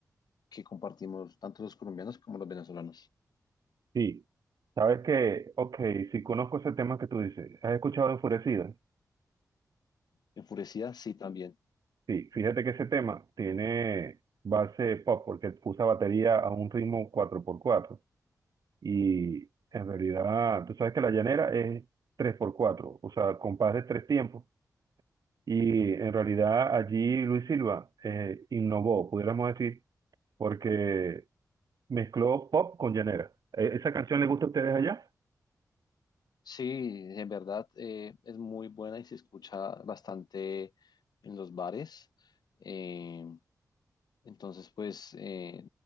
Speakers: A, on the left; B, on the right.
A: que compartimos tanto los colombianos como los venezolanos.
B: Sí. ¿Sabes que Ok, si conozco ese tema que tú dices. ¿Has escuchado Enfurecida?
A: Enfurecida, sí, también.
B: Sí, fíjate que ese tema tiene base pop porque usa batería a un ritmo cuatro por cuatro y en realidad tú sabes que la llanera es tres por cuatro, o sea, compás de tres tiempos y en realidad allí Luis Silva eh, innovó, pudiéramos decir, porque mezcló pop con llanera. Eh, ¿Esa canción les gusta a ustedes allá?
A: Sí, en verdad eh, es muy buena y se escucha bastante en los bares. Eh, entonces, pues eh,